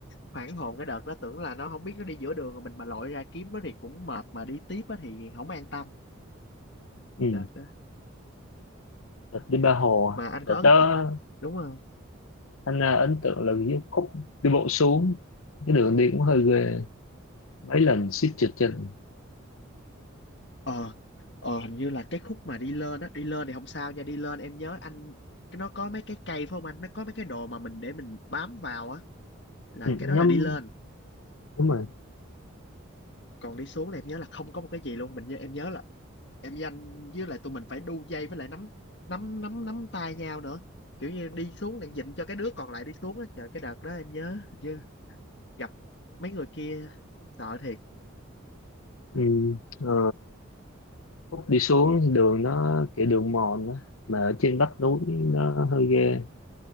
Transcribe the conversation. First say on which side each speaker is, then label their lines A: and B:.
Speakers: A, on the left (about 55°); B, on the left (about 85°).
A: hoảng hồn cái đợt đó tưởng là nó không biết nó đi giữa đường rồi mình mà lội ra kiếm nó thì cũng mệt mà đi tiếp á thì không an tâm
B: ừ
A: đợt đó
B: đợt đi ba hồ à.
A: mà anh
B: đợt
A: có ấn
B: đó
A: t- đúng không
B: anh à, ấn tượng là cái khúc đi bộ xuống cái đường đi cũng hơi ghê mấy lần suýt trượt chân
A: ờ ờ hình như là cái khúc mà đi lên á đi lên thì không sao nha đi lên em nhớ anh cái nó có mấy cái cây phải không anh mấy có mấy cái đồ mà mình để mình bám vào á là
B: ừ,
A: cái
B: ngắm
A: đó là đi lên
B: đúng rồi
A: còn đi xuống là em nhớ là không có một cái gì luôn mình nhớ em nhớ là em với anh với lại tụi mình phải đu dây với lại nắm nắm nắm nắm tay nhau nữa kiểu như đi xuống đang dịnh cho cái đứa còn lại đi xuống á trời cái đợt đó em nhớ hình như gặp mấy người kia sợ thiệt
B: ừ. ờ, khúc đi xuống đường nó kiểu đường mòn đó. mà ở trên vách núi nó hơi ghê